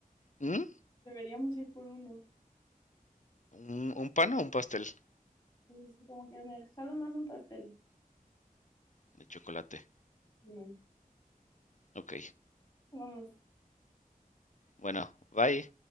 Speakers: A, on the left (about 55°); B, on the left (about 30°).
A: ¿Mm?
B: Deberíamos ir por uno.
A: ¿Un, un pan o un pastel
B: es como que me jalo más un pastel.
A: de chocolate?
B: Simón.
A: Ok,
B: Vamos,
A: bueno, bye.